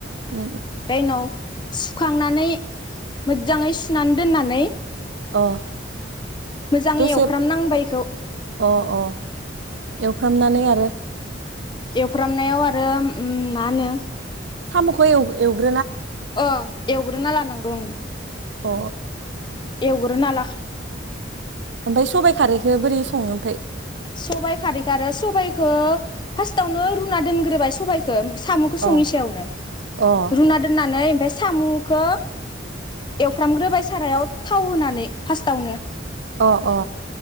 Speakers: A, on the right (about 70°); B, on the left (about 25°).
A: अ
B: ओमफ्राय उनाव सुखांनानै मोजाङै सुनानै दोननानै
A: अ
B: मोजाङै
A: दसे
B: एवफ्रामनांबायखौ।
A: अ अ एवफ्रामनानै आरो
B: एवफ्रामनायाव आरो मा होनो
A: सामुखौ एउ एउग्रो
B: अ एवग्रोना लानांगौ उम
A: अ
B: एवग्रोना ला
A: ओमफाय सबाय खारैखो बोरै सङो ओमफाय
B: सबाइ खारै आरो सबाइखौ फार्स्टावनो रुना दोनग्रोबाय सबाइखौ। ओ साम'खौ
A: अ
B: सङनि सयावनो
A: अ
B: रुना दोननानै बे साम'खौ एवफ्रामग्रोबाय सारायाव थाव होनानै फार्स्टावनो।
A: अ अ